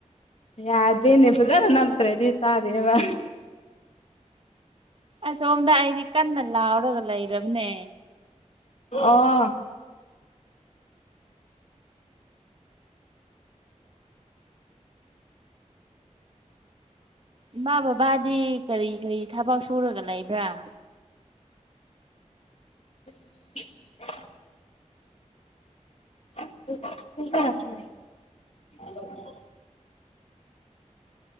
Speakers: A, on the left; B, on the right.
A: ꯌꯥꯗꯦꯅꯦ ꯐꯥꯖꯟꯅ ꯅꯞꯇ꯭ꯔꯗꯤ ꯇꯥꯗꯦꯕ
B: ꯑꯁꯣꯝꯗ ꯑꯩꯗꯤ ꯀꯟꯅ ꯂꯥꯎꯔꯒ ꯂꯩꯔꯕꯅꯦ
A: ꯑꯣ
B: ꯏꯃꯥ ꯕꯕꯥꯗꯤ ꯀꯔꯤ ꯀꯔꯤ ꯊꯕꯛ ꯁꯨꯔꯒ ꯂꯩꯕ꯭ꯔꯥ
A: <inaudible> <unintelligible>